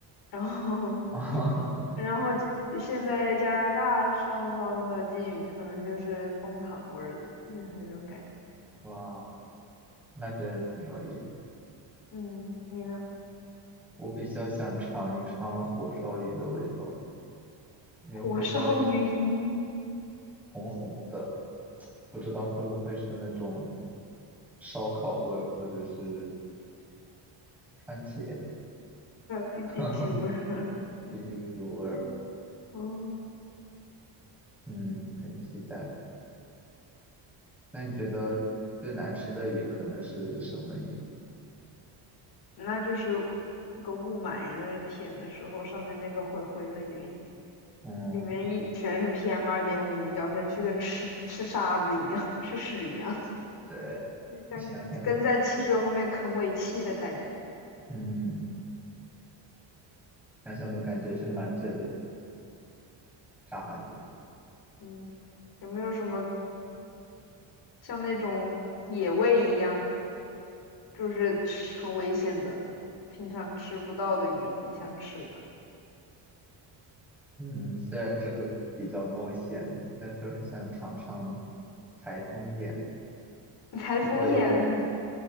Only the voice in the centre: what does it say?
<laughs>
哇，那真的挺有意思。
我比较想尝一尝火烧云的味道，因为火烧云
红红的，不知道会不会是那种烧烤味儿，或者是番茄 <laughs>
哈哈
BBQ <laughs> 味儿。
嗯，很期待。那你觉得最难吃的云可能是什么云？
嗯，
呃，
想想都感觉，嗯，想想都感觉是满嘴的渣子。
嗯，虽然这个比较冒险，但是很想尝尝台风眼。
不过也